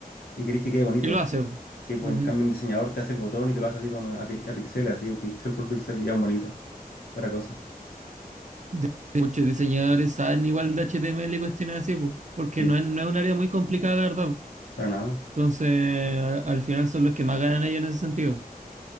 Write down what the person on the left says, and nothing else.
y querés que quede bonito.
Sí, pues
en cambio un diseñador te hace el botón y te lo hace así como a, pi- a pixeles, así, o pixel por pixel y ya es bonito. Para cosa.
Sí,
para nada.